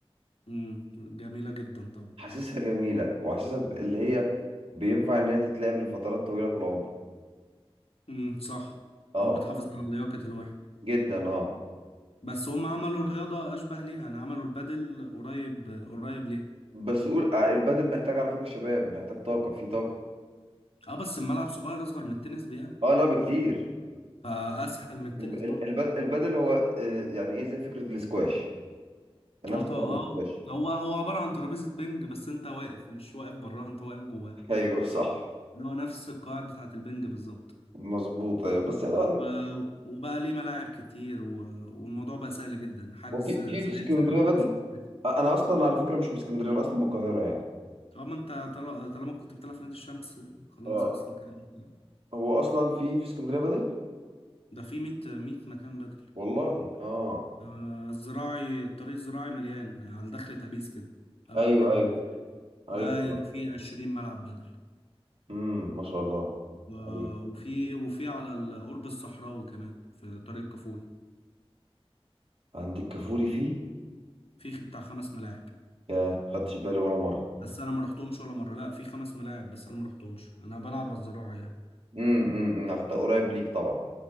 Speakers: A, on the left; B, on the right.
A: امم جميلة جدا طبعا
B: حاسسها جميلة وحاسسها ب- اللي هي بينفع إن هي تتلعب لفترات طويلة في العمر
A: امم صح
B: اه
A: وبتحافظ على لياقة الواحد
B: جدا اه
A: بس هم عملوا رياضة أشبه ليها يعني عملوا البادل قريب قريب ليها
B: بس قول آه، البادل محتاج على فكرة شباب محتاج طاقة في طاقة
A: أه بس الملعب صغير أصغر من التنس بياما
B: اه لا بكتير
A: فأسهل من التنس
B: الب-
A: برضه
B: ال- الب- البادل هو آه، يعني ايه زي فكرة الاسكواش نفس
A: اه طبعا
B: فكرة
A: اه
B: الاسكواش
A: هو هو عبارة عن ترابيزة بينج بس انت واقف مش واقف براها انت واقف جواها
B: <laughs> ايوه صح
A: اللي هو نفس القواعد بتاعة البنج بالظبط
B: مظبوط ايوه بس طبعا
A: و... وبقى ليه ملاعب كتير و... والموضوع بقى سهل جدا حجز
B: وفي
A: زي
B: في في اسكندرية
A: زي-
B: بادل
A: حجز في النادي.
B: آه، انا اصلا على فكرة مش من اسكندرية انا اصلا من القاهرة يعني
A: اه ما انت طال- طالما كنت بتلعب في نادي الشمس خلاص
B: اه
A: اصلك يعني
B: هو اصلا في في اسكندرية بادل
A: ده في 100 100 مكان بدل
B: والله اه
A: آه، الزراعي الطريق الزراعي مليان على دخلة أبيس كده قبل
B: ايوه
A: جرين
B: ايوه
A: بلاد
B: عارف
A: ده يجي فيه 20 ملعب بدل
B: امم ما شاء الله
A: و-
B: ايوه
A: وفي وفي على القرب الصحراوي كمان في طريق كفول
B: عندك كفوري فيه
A: في بتاع خمس ملاعب
B: يا خدتش بالي ولا مره
A: بس انا ما رحتهمش ولا مره لا في خمس ملاعب بس انا ما رحتهمش انا بلعب على الزراعه يعني
B: امم امم عشان ده قريب ليك طبعا